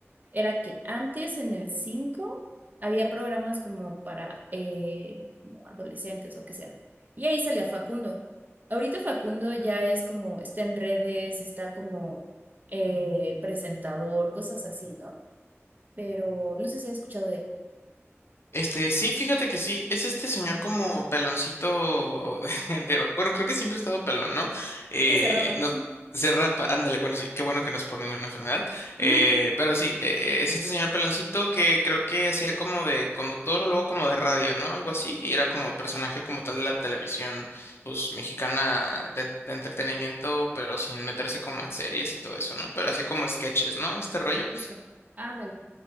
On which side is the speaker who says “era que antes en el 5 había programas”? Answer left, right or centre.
Right